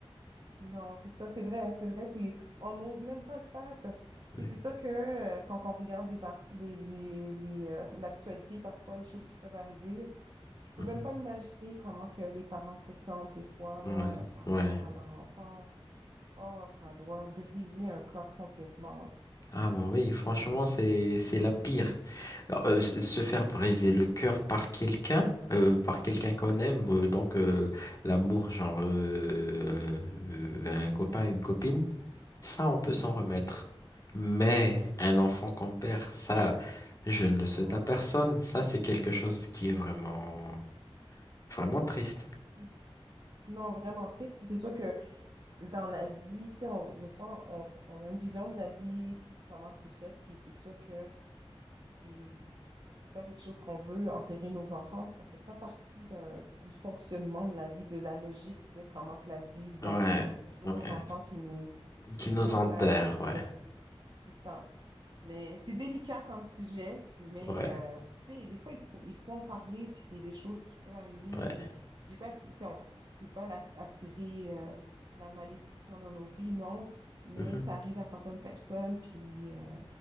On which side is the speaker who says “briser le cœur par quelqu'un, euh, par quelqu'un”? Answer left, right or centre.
Left